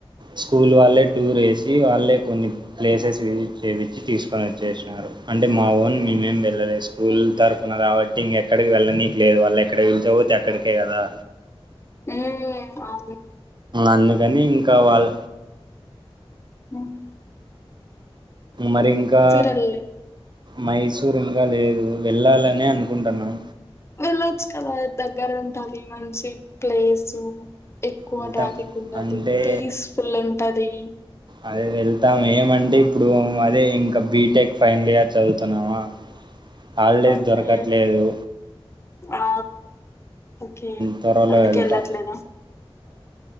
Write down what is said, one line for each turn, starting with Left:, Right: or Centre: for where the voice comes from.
Right: స్కూల్ వాళ్ళే టూర్ వేసి వాళ్ళే కొన్ని ప్లేసెస్ విజిట్ చేపించి తీసుకొని వచ్చేసినారు అంటే మా ఓన్ మేమేం వెళ్ళలేదు స్కూల్ తరపున కాబట్టి ఇంకా ఎక్కడికి వెళ్ళనీయట్లేదు వాళ్ళు ఎక్కడి పిల్చా కపోతే అక్కడికే కదా
Left: ఉమ్ అవును
Right: అందుకని ఇంకా వాళ్ళ
Left: ఉమ్
Right: మరి ఇంకా
Left: వెళ్ళలే
Right: మైస్ సురు ఇంకా లేదు వెళ్ళాలనే అనుకుంటున్నాం
Left: వెళ్ళొచ్చు కదా దగ్గర ఉంటాది మంచి ప్లేసు ఎక్కువ
Right: వెళ్తాం
Left: ట్రాఫిక్ ఉండదు
Right: అంటే
Left: పీస్ఫుల్ ఉంటది
Right: అదే వెళ్తాము ఏమంటే ఇప్పుడు అదే ఇంకా బీటెక్ ఫైనల్ ఇయర్ చదువుతున్నావా, హాలిడేస్
Left: ఓకే
Right: దొరకట్లేదు,
Left: ఆ ఓకే
Right: త్వరలో
Left: అందుకే
Right: వెళ్తా
Left: వెళ్ళట్లేదా